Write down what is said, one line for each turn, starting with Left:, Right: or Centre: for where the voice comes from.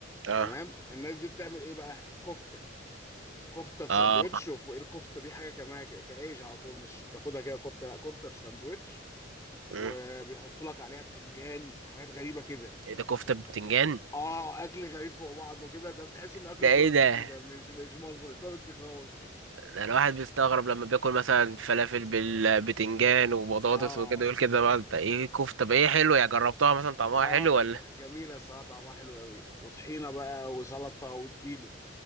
Right: اه
Left: تمام الناس دي بتعمل إيه بقى كفتة كفته في
Right: اه
Left: ساندوتش وفوق الكفته دي حاجه كمان كده في عيش على طول مش بتاخدها كده كفته لا كفته في ساندوتش وبيحطوا
Right: امم
Left: لك عليها بتنجان وحاجات غريبه كده
Right: ايه ده كفتة بتنجان
Left: اه اكل غريب فوق بعضه كده ده بتحس انه اكل
Right: ده ايه
Left: تركي
Right: ده
Left: كده مش مش مصري تركي خالص
Right: ده الواحد بيستغرب لما بياكل مثلا فلافل بالبتنجان وبطاطس
Left: اه
Right: وكده يقول كده بقى انت ايه كفتة بقى ايه حلو يا جربتها مثلا طعمها
Left: اه
Right: حلو
Left: لا
Right: ولا
Left: ك- جميله الصراحه طعمها حلو قوي وطحينه بقى وسلطه واديله